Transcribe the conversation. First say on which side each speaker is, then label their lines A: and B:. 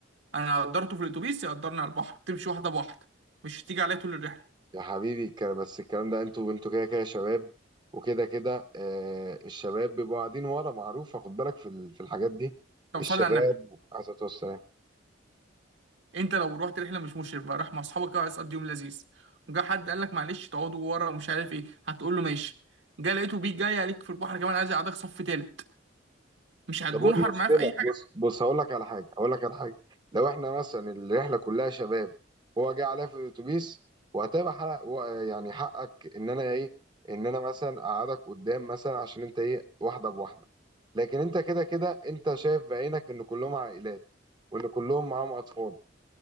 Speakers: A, on the right; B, on the right.
A: انا قدرته في الاتوبيس يقدرني على البحر تمشي واحده بواحده مش تيجي عليا طول الرحله
B: يا حبيبي الك- بس الكلام ده انتوا انتوا كده كده شباب وكده كده آه الشباب بيبقوا قاعدين ورا معروفه خد بالك في ال- في الحاجات دي
A: طب
B: الشباب
A: صلي على النبي
B: عليه الصلاه والسلام
A: انت لو رحت رحله مش مشرف بقى راح مع اصحابك كده عايز تقضي يوم لذيذ وجا حد قال لك معلش تقعدوا ورا ومش عارف ايه هتقول له ماشي جا لقيته بيك جاي عليك في البحر كمان عايز يقعدك صف تالت مش هتجون
B: طب وايه
A: حر
B: المشكله
A: معاه في اي
B: بص بص هقول لك على حاجه هقول لك على حاجه لو احنا مثلا الرحله كلها شباب هو جه عليا في الاتوبيس وهتبقى حق و- يعني حقك ان انا ايه ان انا مثلا اقعدك قدام مثلا عشان انت ايه واحده بواحده لكن انت كده كده انت شايف بعينك ان كلهم عائلات وان كلهم معاهم اطفال